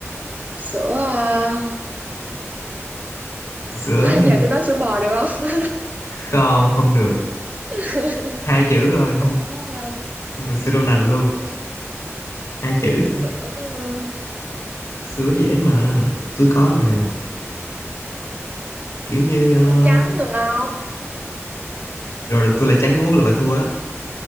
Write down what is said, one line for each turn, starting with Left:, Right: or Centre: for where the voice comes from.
Right: sữa
Left: sữa
Right: à,
Left: thì
Right: <laughs> giờ tôi nói sữa bò được không
Left: không không được
Right: <laughs>
Left: hai chữ
Right: sữa
Left: thôi không
Right: à,
Left: không được sữa đậu nành luôn hai chữ
Right: sữa
Left: sứa dễ mà tôi có rồi nè kiểu như ờ,
Right: sữa trắng được không
Left: rồi là tôi là trắng muốt là bà thua á